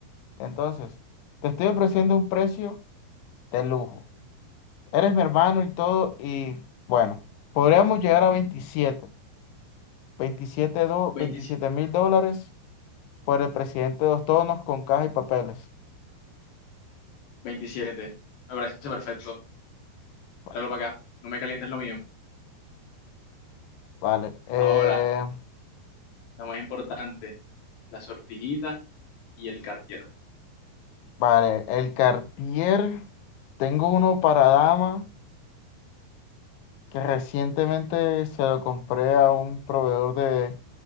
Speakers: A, on the left (about 80°); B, on the left (about 65°).
A: Entonces, te estoy ofreciendo un precio de lujo. Eres mi hermano y todo, y bueno, podríamos llegar a veintisiete veintisiete do-
B: 27.
A: veintisiete mil dólares por el presidente de dos tonos con caja y papeles.
B: 27. Me parece perfecto.
A: Bueno,
B: Tráelo para acá. No me calientes lo mío.
A: Vale, eh,
B: Ahora, lo más importante, la sortijita y el Cartier.
A: Vale, el Cartier, tengo uno para dama que recientemente se lo compré a un proveedor de